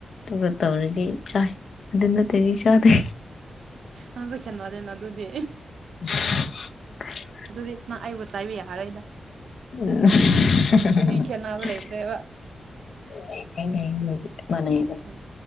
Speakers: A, on the left (about 65°); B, on the right (about 80°).
A: ꯇ ꯇꯧꯔꯤꯗꯤ ꯆꯥꯏ꯫ ꯑꯗꯨ ꯅꯠꯇꯗꯤ ꯆꯥꯗꯦ
B: ꯑꯣ ꯑꯁꯨ ꯈꯦꯋꯥꯗꯅ ꯑꯗꯨꯗꯤ꯫
A: <inaudible>
B: ꯑꯗꯨꯗꯤ ꯅꯪ ꯑꯩꯕꯨ ꯆꯥꯏꯕ ꯌꯥꯔꯣꯏꯗ꯫
A: <inaudible>
B: ꯈꯦꯠꯅꯕ ꯂꯩꯇ꯭ꯔꯦꯕ
A: <unintelligible>
B: ꯎꯝ